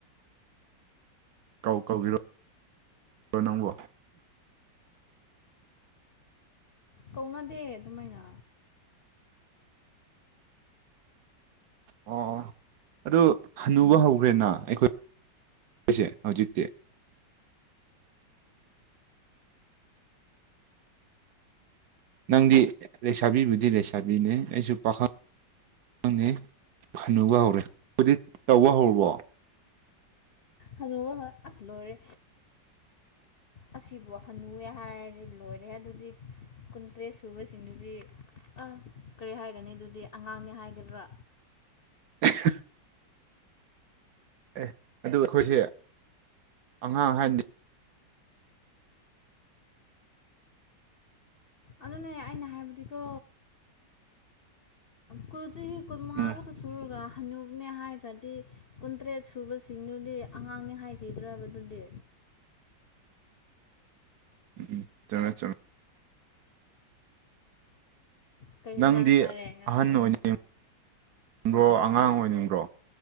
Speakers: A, on the right; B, on the left.
A: ꯀꯥꯎ ꯀꯥꯎꯕꯤꯔꯣ ꯔꯣ ꯅꯪꯕꯣ
B: ꯀꯧꯅꯗꯦ ꯑꯗꯨꯃꯥꯏꯅ
A: ꯑꯣ ꯑꯗꯨ ꯍꯅꯨꯕ ꯍꯧꯈ꯭ꯔꯦꯅ ꯑꯩꯈꯣꯏ ꯑꯩꯁꯦ ꯍꯧꯖꯤꯛꯇꯤ ꯅꯪꯗꯤ ꯂꯩꯁꯥꯕꯤꯕꯨꯗꯤ ꯂꯩꯁꯥꯕꯤꯅꯦ ꯑꯩꯁꯨ ꯄꯥꯈꯪ ꯈꯪꯉꯦ ꯐꯅꯨꯕ ꯍꯧꯔꯦ ꯍꯥꯏꯗꯤ ꯇꯧꯕ ꯍꯧꯔꯕꯣ
B: ꯍꯅꯨꯕ ꯍꫭꯏ ꯑꯁ ꯂꯣꯏꯔꯦ꯫ ꯑꯁꯤꯕꯨ ꯍꯟꯅꯨꯋꯦ ꯍꯥꯏꯔꯗꯤ ꯂꯣꯏꯔꯦ ꯑꯗꯨꯗꯤ꯫ ꯀꯨꯟꯇ꯭ꯔꯦꯠ ꯁꯨꯕꯁꯤꯡꯗꯨꯗꯤ ꯑ ꯀꯔꯤ ꯍꯥꯏꯒꯅꯤ ꯑꯗꯨꯗꯤ ꯑꯉꯥꯡꯅꯤ ꯍꯥꯏꯒꯗ꯭ꯔꯥ꯫
A: <unintelligible> ꯑꯦ ꯑꯗꯨ ꯑꯩꯈꯣꯏꯁꯦ ꯑꯉꯥꯡ ꯍꯥꯏꯗꯤ
B: ꯑꯗꯨꯅꯦ ꯑꯩꯅ ꯍꯥꯏꯕꯗꯤꯀꯣ ꯀꯨꯜꯁꯤ ꯀꯨꯟ ꯃꯉꯥ
A: ꯎꯝ
B: ꯈꯛꯇ ꯁꯨꯔꯒ ꯍꯅꯨꯕꯅꯦ ꯍꯥꯏꯈ꯭ꯔꯗꯤ ꯀꯨꯟꯇ꯭ꯔꯦꯠ ꯁꯨꯕꯁꯤꯡꯗꯨꯗꯤ ꯑꯉꯥꯡꯅꯤ ꯍꯥꯏꯈꯤꯗ꯭ꯔꯕ ꯗꯨꯗꯤ꯫
A: ꯎꯝ ꯆꯨꯝꯑꯦ ꯆꯨꯝ
B: ꯀꯩ ꯌꯦꯟꯖꯥꯡ
A: ꯅꯪꯗꯤ
B: ꯆꯥꯔꯦ ꯉꯁꯤꯒꯤ
A: ꯑꯍꯟ ꯑꯣꯏꯅꯤꯡꯅꯤꯡꯕ꯭ꯔꯣ ꯑꯉꯥꯡ ꯑꯣꯏꯅꯤꯡꯕ꯭ꯔꯣ꯫